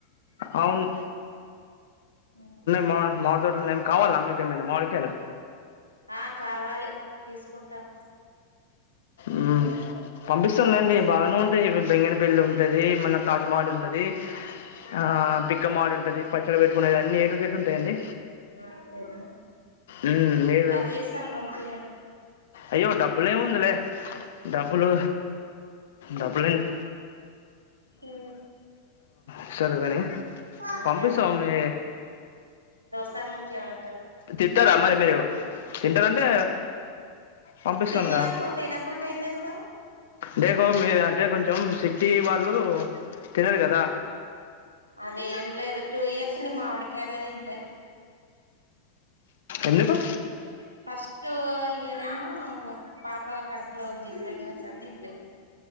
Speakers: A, on the left; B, on the right.
A: అవును
B: ఉ
A: మావిడితోటలు ఉన్నాయి కావాలా మీక ఏమైనా మావిడికయలు
B: ఆ కావాలి తీసుకుంటాం
A: ఉ పంపిస్తానులేండి
B: పంపిస్తాను
A: బాగానే ఉంటాయి బెంగన పెళ్లిి ఉంటాయి రే మన తాజ్మహల్ ఉంటది ఆ పిక్క మాడు ఉంటది పచ్చడి పెట్టుకు అన్ని ఏటుట్ ఉంటాయిండి
B: అంతేనా
A: ఉ మీరు
B: డబ్బులు ఇస్తాను పంపియండి
A: అయ్యో డబ్బులే ఉందులే డబ్బులు డబ్బుల యందు
B: ఉ
A: ఇస్తారు కానీ
B: అంతే
A: పంపిస్తాం
B: అంటారు
A: మీ
B: దోస్తాను ముఖ్యమ అంటారు
A: తింటారా మరి మీరు తింటారంటే పంపిస్తానుగా
B: తింటాము తినకుండా ఏం చేస్తావు
A: డేకో మీ అంటే కొంచెం సిటీ వాళ్ళు తినరు కదా
B: అదే లేదు టూ ఇయర్స్ నీ మామిడికాయ తినలే
A: ఎందుకు
B: ఉ ఫస్ట్ లాస్ట్ ఇయర్ ఏమో పాప కడపలో ఉంది ప్రెగ్నెన్స్ అని తినలే